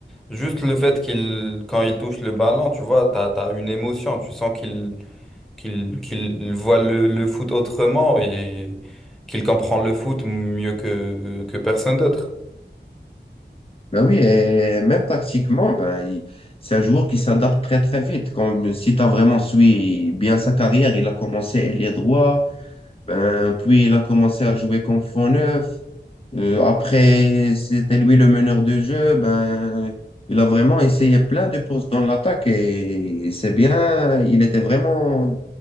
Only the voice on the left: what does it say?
Ben oui, et même tactiquement, ben, il- c'est un joueur qui s'adapte très, très vite. Comme si tu as vraiment suivi bien sa carrière, il a commencé ailier droit, ben, puis il a commencé à jouer comme faux neuf. Euh, après, c'était lui le meneur de jeu. Ben, il a vraiment essayé plein de postes dans l'attaque et c'est bien. Il était vraiment